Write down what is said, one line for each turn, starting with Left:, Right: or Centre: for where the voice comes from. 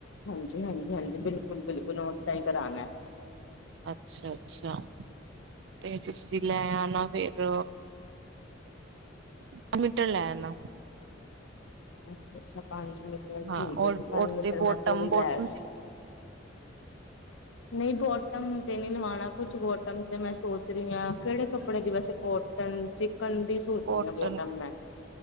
Left: ਹਾਂਜੀ-ਹਾਂਜੀ-ਹਾਂਜੀ ਬਿਲਕੁਲ-ਬਿਲਕੁਲ ਓਦਾਂ ਹੀ ਕਰਾਣਾ।
Right: ਅੱਛਾ-ਅੱਛਾ, ਤੇ ਤੁਸੀਂ ਲੈ ਆਣਾ ਫੇਰ। ਇੱਕ ਮੀਟਰ ਲੈ ਆਣਾ।
Left: ਅੱਛਾ-ਅੱਛਾ ਪੰਜ ਮੀਟਰ ਠੀਕ
Right: ਹਾਂ
Left: ਐ
Right: ਔਰ
Left: ਜੀ ਪੰਜ
Right: ਔਰ
Left: ਮੀਟਰ
Right: ਤੇ
Left: ਮੈਂ
Right: ਬੋਟਮ-ਬੋਟਮ
Left: ਪੂਰੀ ਲੈਸ਼। <inaudible> ਨਹੀਂ ਬੋਟਮ ਤੇ ਨਹੀਂ ਲਵਾਉਣਾ ਕੁਛ ਬੋਟਮ ਤੇ ਮੈਂ ਸੋਚ ਰਹੀ ਹਾਂ ਕਿਹੜੇ ਕੱਪੜੇ ਦੀ ਵੈਸੇ ਕੋਟਨ, ਚਿਕਨ ਦੀ ਸੋਚ
Right: ਕੋਟਨ।
Left: ਰਹੀ ਹਾਂ ਬੋਟਮ ਮੈਂ